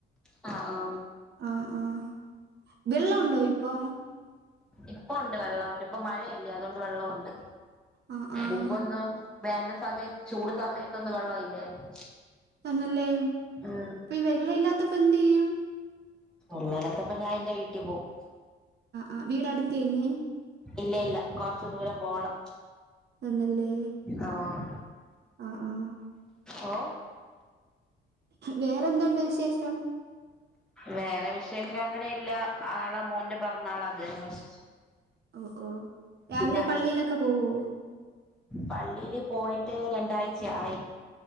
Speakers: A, in the centre; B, on the right.
A: ആ ആ
B: ആ ആഹ് വെള്ളം ഉണ്ടോ ഇപ്പൊ
A: ഇപ്പൊ ഉണ്ട് വെള്ളം ഉണ്ട് ഇപ്പൊ മഴയില്ലേ അതുകൊണ്ട് വെള്ളംണ്ട്
B: ആഹ് ആഹ്
A: മുമ്പന്നും വേനൽ സമയത്ത് ചൂട് സമയത്തൊന്നും വെള്ളം ഇല്ലായിരുന്നു
B: എന്നല്ലേ അപ്പൊ
A: ഉം
B: ഈ വെള്ള ഇല്ലാത്തപ്പ എന്ത് ചെയ്യും
A: ഇല്ലാത്തപ്പോ ഞാൻ എൻറെ വീട്ടിൽ പോവും
B: ആ വീട അടുത്തി തന്നെ
A: ഇല്ല ഇല്ല കൊറച്ചു ദൂരം പോണം
B: എന്നല്ലേ
A: ആഹ്
B: ആഹ് ആഹ്
A: ഓ
B: വേറെന്തതുണ്ട് വിശേഷം
A: വേറെ വിശേഷം അങ്ങനെ ഇല്ല ആളെ മോന്റെ പറന്നാളാ അത് തന്നെ വിശേഷം
B: ഓ ഓ രാവിലെ
A: പിന്നെ അനി
B: പള്ളിയിലൊക്കെ പോവോ
A: പള്ളിയില് പോയിട്ട് രണ്ടാഴ്ച ആയി